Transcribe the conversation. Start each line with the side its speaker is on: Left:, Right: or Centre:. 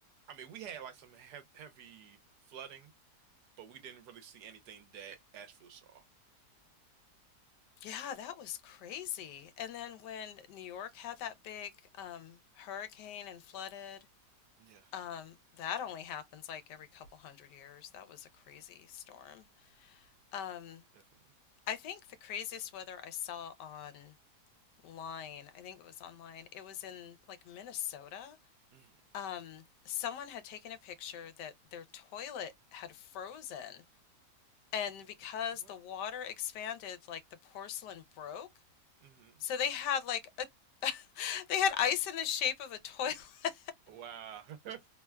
Right: I mean, we had like some he heavy flooding, but we didn't really see anything that Asheville saw.
Left: Yeah, that was crazy. And then when New York had that big um, hurricane and flooded,
Right: Yes,
Left: um, that only happens like every couple hundred years. That was a crazy storm. Um,
Right: definitely.
Left: I think the craziest weather I saw online, I think it was online, it was in like Minnesota.
Right: hmm
Left: Um, someone had taken a picture that their toilet had frozen, and because
Right: What?
Left: the water expanded, like the porcelain broke.
Right: hmm
Left: So they had like a <laughs> they had ice in the shape of a toilet <laughs>
Right: Wow. <laughs>